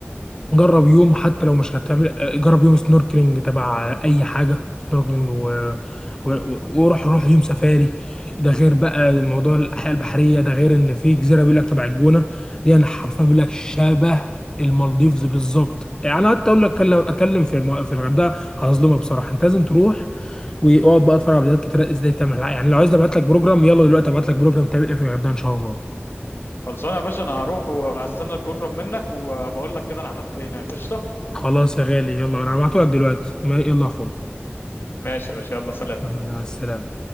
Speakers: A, on the left; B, on the left.
A: جرب يوم حتى لو مش هتعمل آه، جرب يوم سنوركلينج تبع آه، اي حاجه سنوركلينج و... و... و- وروح روح يوم سفاري ده غير بقى موضوع الحياه البحريه ده غير ان في جزيره بيقول لك تبع الجونه دي انا حرفيا بيقول لك شبه المالديفز بالظبط يعني حتى اقول لك اتكلم اتكلم في الم... في الغردقه هظلمها بصراحه انت لازم تروح واقعد بقى اتفرج على فيديوهات كتير ازاي تعمل يعني لو عايز ابعت لك بروجرام يلا دلوقتي ابعت لك بروجرام تعمل ايه في الغردقه ان شاء الله
B: خلصانه يا باشا انا هروح وهستنى البروجرام منك وبقول لك كده انا عملت ايه هناك قشطه
A: خلاص يا غالي يلا انا هبعته لك دلوقتي ما- يلا يا اخويا
B: ماشي يا باشا يلا سلام
A: مع السلامه